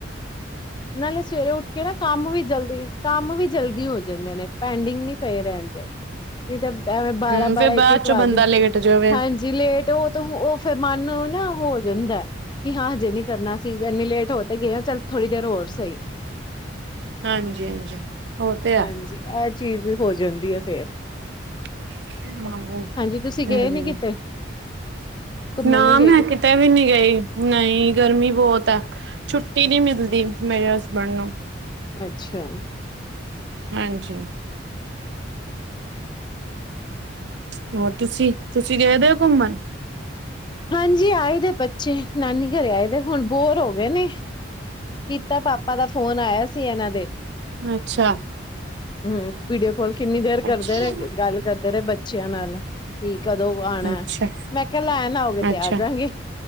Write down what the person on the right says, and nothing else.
ਹਮ
ਫੇਰ ਬਾਅਦ
ਚੋਂ
ਬੰਦਾ ਲੇਟ ਜਾਵੇ
ਹਾਂਜੀ ਹਾਂਜੀ ਉਹ ਤੇ ਆ
<unintelligible>
ਹੂੰ।
ਨਾ
ਮੈਂ ਕਿਤੇ ਵੀ ਨੀ ਗਈ। ਨਈ ਗਰਮੀ ਬੋਤ ਐ, ਛੁੱਟੀ ਨੀ ਮਿਲਦੀ ਮੇਰੇ ਹਸਬੈਂਡ ਨੂੰ
ਹਾਂਜੀ। ਹੋਰ ਤੂਸੀ, ਤੂਸੀ ਗਏਦੇ ਓ ਘੁੰਮਨ?
ਅੱਛਾ
ਅੱਛਾ
ਅੱਛਾ
ਅੱਛਾ